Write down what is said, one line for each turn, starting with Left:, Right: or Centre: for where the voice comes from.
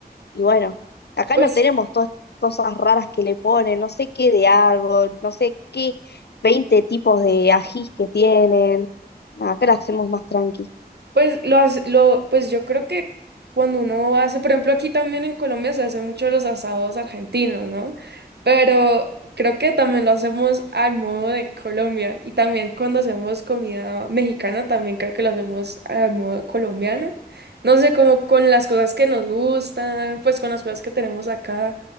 Left: Y bueno, acá
Right: pues
Left: no tenemos todas estas cosas raras que le ponen, no sé qué de árbol, no sé qué 20 tipos de ajís que tienen. Nada, acá lo hacemos más tranqui.
Right: Pues lo hace- lo, pues yo creo que cuando uno hace, por ejemplo, aquí también en Colombia se hace mucho los asados argentinos, ¿no? Pero creo que también lo hacemos al modo de Colombia y también cuando hacemos comida mexicana también creo que lo hacemos al modo colombiano. No sé, como con las cosas que nos gustan, pues con las cosas que tenemos acá,